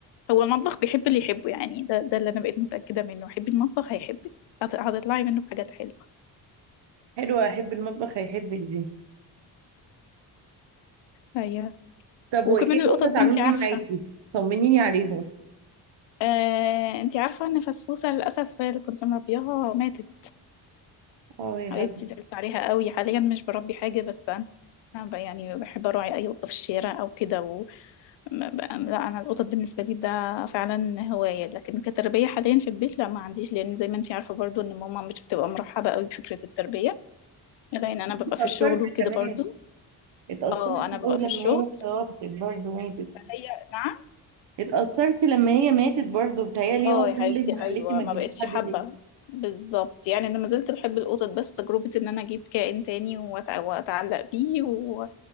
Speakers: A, on the left; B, on the right.
A: هو المطبخ بيحب اللي يحبه يعني ده ده اللي انا بقيت متاكده منه حبي المطبخ هيحبك هت- هتطلعي منه بحاجات حلوه
B: حلوة احب المطبخ هيحبك دي
A: ايوه
B: طب
A: وكمان
B: وايه
A: القطط
B: القطط
A: بقى
B: عاملين
A: انت عارفه
B: ايه معاكي طمنيني عليهم
A: آه، انتي عارفة ان فسفوسة للأسف اللي كنت مربياها ماتت
B: اه يا حبيبتي
A: حبيبتي زعلت عليها قوي حاليا مش بربي حاجة بس أنا أنا ب- يعني بحب أراعي أي قطة في الشارع أو كده و... ما ب- لا أنا القطط بالنسبة لي ده فعلا هواية لكن كتربية حاليا في البيت لا ما عنديش لأن زي ما انتي عارفة برضو ان ماما مش بتبقى مرحبة قوي بفكرة التربية لأن أنا ببقى
B: اتأثرت
A: في الشغل وكده
B: كمان
A: برضو
B: اتأثرت
A: اه أنا ببقى
B: قوي لما
A: في الشغل
B: هي توفت برضه ماتت
A: فهي نعم
B: اتأثرتي لما هي ماتت برضه بتهيألي
A: اه
B: هو ده
A: يا حبيبتي
B: اللي مخليكي
A: ايوه
B: ما
A: ما
B: تجيبيش
A: بقتش
B: حد
A: حابه
B: تاني
A: بالظبط يعني انا ما زلت بحب القطط بس تجربه ان انا اجيب كائن تاني وأتع- واتعلق بيه و...